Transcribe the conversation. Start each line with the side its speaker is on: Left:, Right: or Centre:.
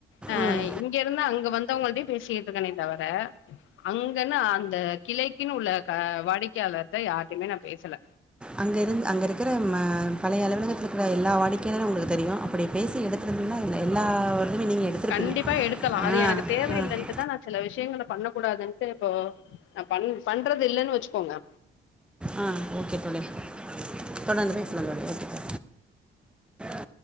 Left: ஆ
Centre: ம்
Left: இங்கிருந்து அங்க வந்தௌங்கள்ட்டயு பேசியிட்டுருக்கனே தவர அங்கனா த கிளைக்கின் உள்ள க வாடிக்கையாளர்ட்ட யார்ட்டயுமே நா பேசல
Centre: அங்க இருந் அங்கிருக்கறம் ம பழைய அலுவலகத்துருக்ற எல்லா வாடிக்கையாளரு உங்குள தெரியு அப்டி பேசி எடுத்து வந்தீங்கனா எல் எல்லா இதுவுமே நீங்கள் எடுத்திருப்பீங்க
Left: கண்டிப்பா எடுக்கலா அது
Centre: ஆ
Left: எனக்கு தேவையில்லன்ட்டுதா
Centre: ஆ
Left: நா சில விஷயங்கள பண்ண கூடாதுன்ட்டு இப்போ நா பண் பண்றது இல்லன் வெச்சுக்கோங்க
Centre: ஆ ஓகே தோழி தொடர்ந்து பேசலா தோழி ஓகே <inaudible>